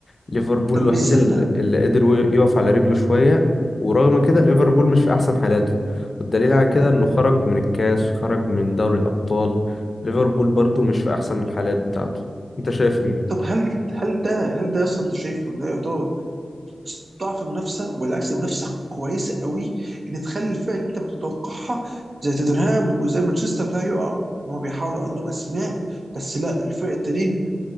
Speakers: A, on the left; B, on the right.
A: ليفربول
B: طب
A: الوحيد
B: استنى
A: ال- اللي قدر و- يقف على رجله شوية ورغم كده ليفربول مش في أحسن حالاته والدليل على كده إنه خرج من الكاس وخرج من دوري الأبطال ليفربول برضو مش في أحسن الحالات بتاعته أنت شايف إيه؟
B: طب هل هل ده هل ده اصلا انت شايفه ده يعتبر ضعف منافسه والعكس منافسه كويسه قوي ان تخلي الفرق اللي انت بتتوقعها زي توتنهام وزي مانشستر لا يقعوا ان هم بيحاولوا عندهم اسماء بس لا الفرق التانيين